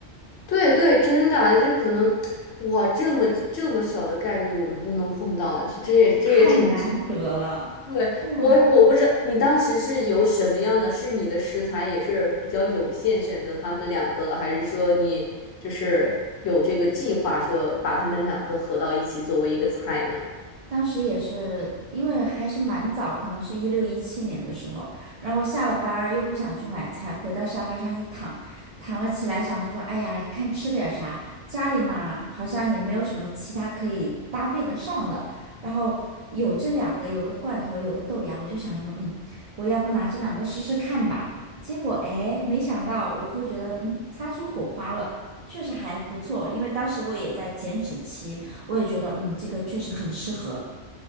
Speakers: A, on the left; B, on the right.
A: 对对，真的啊，就可能 <tsk> 哇，这么这么小的概率我们都能碰到，这这也这也挺
B: <laughs> 太难得了。
A: 对，
B: 对呀。
A: 我也我不知道你当时是有什么样的，是你的食材也是比较有限，选择他们两个了，还是说你就是有这个计划说把他们两个合到一起作为一个菜呢？
B: 当时也是因为还是蛮早，可能是一六一七年的时候，然后下了班儿又不想去买菜，回到沙发上一躺，躺了起来，想着说，哎呀，看吃点啥，家里嘛好像也没有什么其他可以搭配得上的，然后有这两个，有个罐头，有个豆芽，我就想说，嗯，我要不拿这两个试试看吧。结果哎，没想到我会觉得，嗯，擦出火花了，确实还不错，因为当时我也在减脂期。我也觉得，嗯，这个确实很适合。